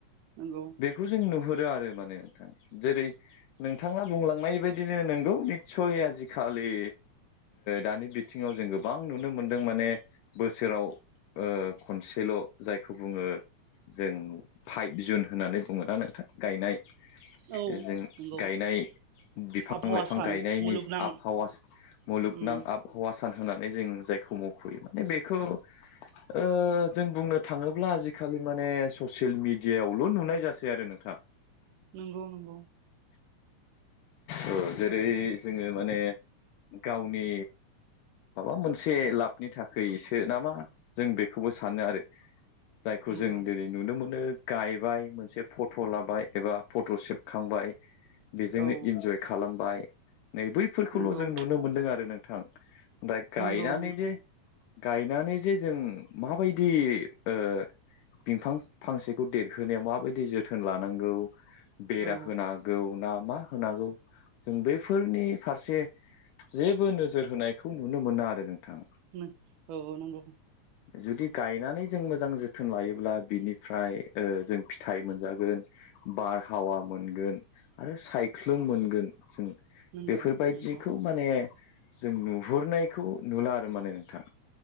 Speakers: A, on the right (about 80°); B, on the left (about 80°).
A: नंगौ
B: बेखौ जों नुहुरदों आरो माने नोंथां जेरै नों नोंथाङा बुंलांनाय बायदिनो नंगौ निस्सय आजिखालि दानि बिथिङाव जों गोबां नुनो मोनदों माने बोसोराव ओ खनसेल' जायखौ बुङो जों फाइभ जुन होननानै बुङोना नोंथां गायनाय
A: औ
B: जों
A: नंगौ
B: गायनाय बिफां
A: आबहावा
B: लाइफां
A: सान
B: गायनायनि
A: मुलुगनां
B: आबहावा मुलुगनां
A: उम
B: आबहावा सान होनानै जों जायखौ मख'यो माने बेखौ ओ जों बुंनो थाङोब्ला आजिखालि माने ससियेल मिेडियायावल' नुनाय जासै आरो नोंथां
A: नंगौ नंगौ
B: औ जेरै जोङो माने गावनि माबा मोनसे लाबनि थाखायसो नामा जों बेखौबो सानो आरो। जायखौ
A: नंगौ
B: जों दिनै नुनो मोनो गायबाय मोनसे फट' लाबाय एबा फट' सेबखांबाय बेजोंनो
A: औ
B: इन्जय खालामबाय नै बैफोरखौल'
A: नंगौ
B: जों नुनो मोनदों आरो नों थां दा गायना
A: नंगौ नंगौ
B: नै दे गायनानै जे जों माबायदि ओ बिफां फांसेखौ देरहोनायाव माबायदि जोथोन लानांगौ बेरा
A: औ
B: होना गौ ना मा होनांगौ जों बेफोरनि फारसे जेबो नोजोर होनायखौ नुनो मोना आरो नोंथां।
A: नों औ औ नोंगौ।
B: जुदि गायनानै जों मोजां जोथोन लायोब्ला बिनिफ्राय ओ जों फिथाइ मोनजागोन बारहावा मोनगोन आरो सायख्लुम मोनगोन जों
A: नंगौ
B: बेफोरबायदिखौ
A: नंगौ
B: माने जों नुहुरनायखौ नुला नो माने नोंथां